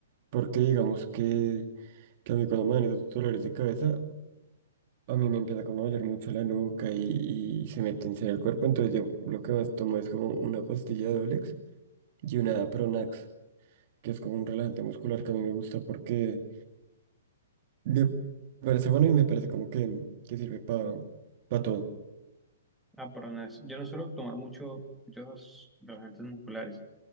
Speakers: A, on the right; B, in the centre.
A: Porque digamos que, que a mí cuando me dan esos dolores de cabeza, a mí me empieza como a doler mucho la nuca y, y se me tensa el cuerpo. Entonces yo lo que más tomo es como una pastilla de Olex y una Pronax, que es como un relajante muscular que a mí me gusta porque me parece bueno y me parece como que, que sirve para todo.
B: Ah, perdón, es- yo no suelo tomar mucho, muchos relajantes musculares